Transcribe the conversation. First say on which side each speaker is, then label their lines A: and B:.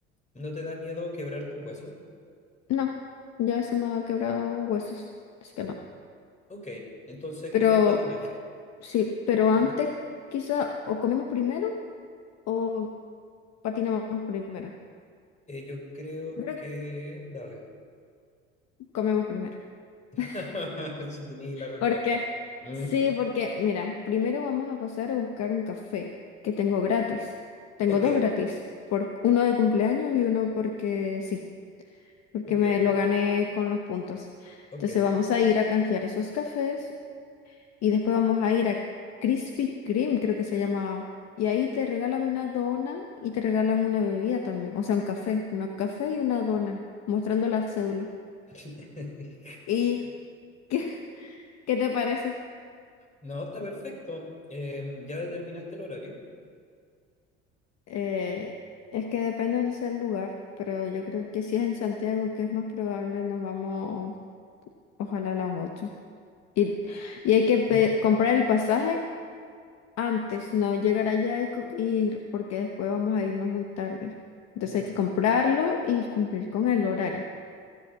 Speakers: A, on the left; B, on the left.
A: ¿No te da miedo quebrarte un hueso?
B: No, ya se me ha quebrado huesos, así que no.
A: Ok, entonces
B: Pero
A: ir al patinaje.
B: sí, pero antes
A: Ok,
B: quizá o comemos primero o patinamos primero.
A: eh, yo creo
B: Yo Creo
A: que...
B: que
A: Dale,
B: comemos primero.
A: <laughs>
B: <laughs>
A: si tenía la respuesta.
B: Porque,
A: Mm,
B: sí, porque, mira, primero vamos a pasar a buscar un café que tengo gratis. Tengo
A: Ok,
B: dos gratis, por, uno de cumpleaños y uno porque sí, porque
A: ok,
B: me lo gané con los puntos.
A: ok.
B: Entonces vamos a ir a canjear esos cafés. Y después vamos a ir a Krispy Kreme, creo que se llama. Y ahí te regalan una dona y te regalan una bebida también. O sea, un café. Una café y una dona, mostrando la cédula.
A: <laughs>
B: ¿Y qué, <laughs> qué te parece?
A: No, está perfecto. Em, ¿ya determinaste el horario?
B: Eh, es que depende de dónde sea el lugar, pero yo creo que si es en Santiago, que es más probable, nos vamos ojalá a las ocho Y, y hay que
A: <clears throat>
B: pe- comprar el pasaje Antes, no, llegar allá y co- ir, porque después vamos a irnos muy tarde. Entonces
A: Bueno.
B: hay que comprarlo y cumplir con el horario,